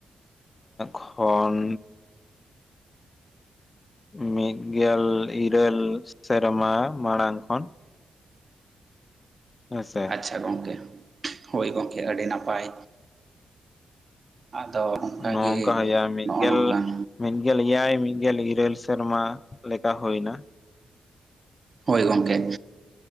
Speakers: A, on the left (about 30°); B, on the right (about 40°).
A: ᱠᱷᱚᱱ᱾ ᱢᱤᱫ ᱜᱮᱞ ᱤᱨᱟᱹᱞ ᱥᱮᱨᱢᱟ ᱢᱟᱲᱟᱝ ᱠᱷᱚᱱ᱾ ᱦᱮᱸᱥᱮ᱾
B: ᱟᱪᱪᱷᱟ ᱜᱚᱢᱠᱮ ᱦᱳᱭ ᱜᱚᱢᱠᱮ ᱟᱹᱰᱤ ᱱᱟᱯᱟᱭ᱾ ᱟᱫᱚ ᱚᱱᱠᱟᱜᱮ
A: ᱱᱚᱝᱠᱟ ᱦᱩᱭᱩᱜ-ᱟ ᱢᱤᱫ
B: ᱱᱚᱜᱼᱚ
A: ᱜᱮᱞ
B: ᱱᱚᱝ ᱠᱟᱱ
A: ᱢᱤᱫᱜᱮᱞ ᱮᱭᱟᱭ ᱢᱤᱫᱜᱮᱞ ᱤᱨᱟᱹᱞ ᱥᱮᱨᱢᱟ ᱞᱮᱠᱟ ᱦᱩᱭ ᱮᱱᱟ᱾
B: ᱦᱳᱭ ᱜᱚᱢᱠᱮ